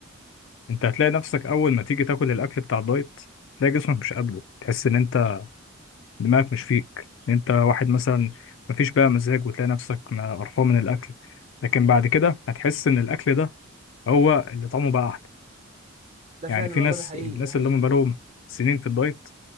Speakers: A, on the left (about 65°); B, on the right (about 35°).
A: انت هتلاقي نفسك اول ما تيجي تاكل الاكل بتاع الدايت تلاقي جسمك مش قابله تحس ان انت دماغك مش فيك إن انت واحد مثلا مفيش بقى مزاج وتلاقي نفسك ما- قرفان من الاكل لكن بعد كده هتحس ان الاكل ده هو اللي طعمه بقى احلى
B: ده
A: يعني
B: فعلا
A: في
B: والله
A: ناس
B: ده حقيقي
A: الناس
B: ده حقيقي
A: اللي هم بقالهم سنين في الدايت